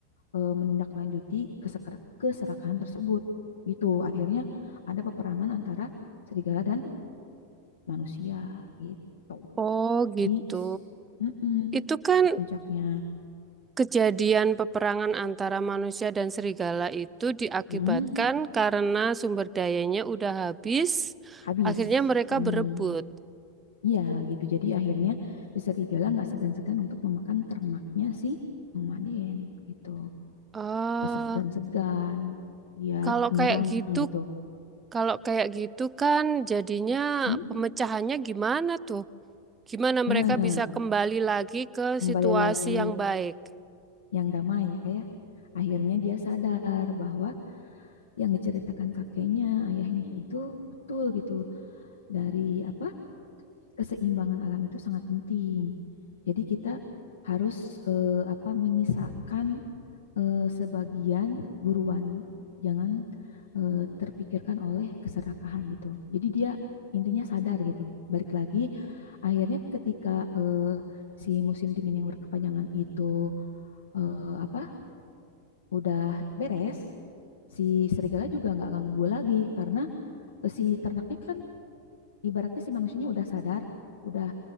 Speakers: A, on the left; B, on the right.
A: eh, menindaklanjuti keseker- keserakahan tersebut. Gitu. Akhirnya ada peperangan antara serigala dan manusia gitu.
B: Oh gitu.
A: Jadi s- mm-mm,
B: Itu kan
A: itu puncaknya.
B: kejadian peperangan antara manusia dan serigala itu diakibatkan
A: Mm-mm,
B: karena sumber dayanya udah habis,
A: habis.
B: akhirnya mereka
A: Mm,
B: berebut.
A: Iya gitu. Jadi akhirnya si serigala nggak segan-segan untuk memakan ternaknya si nomaden gitu.
B: Ah,
A: gak segan-segan dia
B: kalau
A: menyerang
B: kayak gitu,
A: gitu.
B: kalau kayak gitu kan jadinya
A: Hmm?
B: pemecahannya gimana tuh? Gimana
A: Nah,
B: mereka bisa kembali lagi ke
A: kembali
B: situasi
A: lagi
B: yang baik?
A: yang damai ya kayak akhirnya dia sadar bahwa yang diceritakan kakeknya, ayahnya itu betul gitu dari apa keseimbangan alam itu sangat penting. Jadi kita harus eh, apa menyisakan eh, sebagian buruan, jangan eh, terpikirkan oleh keserakahan gitu. Jadi dia intinya sadar gitu. Balik lagi, akhirnya ketika eh, si musim dingin yang berkepanjangan itu eh, apa udah beres, si serigala juga nggak ganggu lagi karena eh, si ternaknya kan ibaratnya si manusianya udah sadar, udah